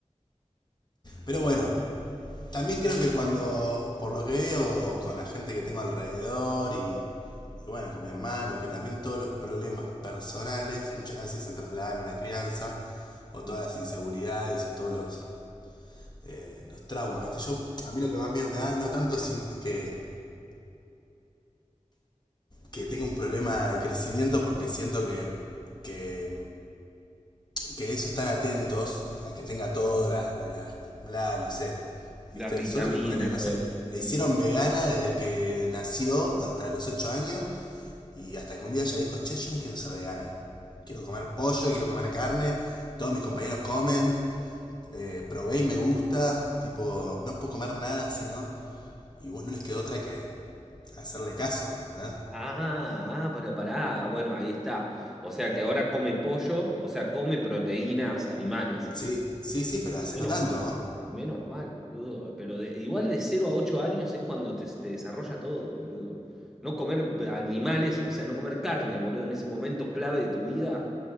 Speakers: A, on the left; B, in the centre.
A: pero bueno, También creo que cuando,
B: Pero,
A: por lo que veo, con la gente que tengo alrededor y, y bueno, con mi hermano, que también todos los problemas personales muchas veces se trasladan a la crianza, o
B: mm,
A: todas las inseguridades, o todos los, eh, los traumas, ¿viste? Yo, a mí lo que más miedo me da es no tanto sin- que, que tenga un problema de crecimiento, porque siento que, que que eso están atentos a que tenga todo, la, la, la, no sé,
B: Las
A: ¿viste?
B: vitaminas,
A: Solo que ponerle, no
B: todo
A: sé,
B: eso.
A: le
B: Mm.
A: hicieron vegana desde que nació hasta los 8 años y hasta que un día ella dijo, che, yo no quiero ser vegana. Quiero comer pollo, quiero comer carne, todos mis compañeros comen, eh, probé y me gusta, tipo, no puedo comer nada sino Y vos no les quedó otra que hacerle caso, ¿me entendés?
B: Ah, ah, pero pará, ah, bueno, ahí está. O sea que ahora come pollo, o sea, come proteínas animales.
A: Sí, sí, sí, pero hace
B: Menos,
A: no tanto.
B: Menos mal, boludo. Pero de- igual de cero a 8 años es cuando te, te desarrolla todo, boludo. No comer animales, o sea, no comer carne, boludo, en ese momento clave de tu vida,